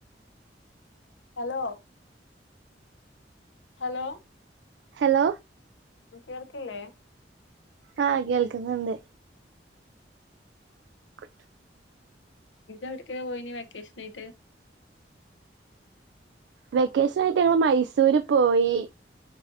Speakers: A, on the left; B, on the right.
A: ഹലോ ഹലോ
B: ഹലോ
A: ആഹ് കേൾക്കില്ലേ?
B: ആഹ് കേൾക്കുന്നിണ്ട് <unintelligible>
A: ഇജ്ജെവിടെക്കാ പോയീനി വെക്കേഷനായിട്ട്?
B: വെക്കേഷനായിട്ട് ഞങ്ങള് മൈസൂര് പോയി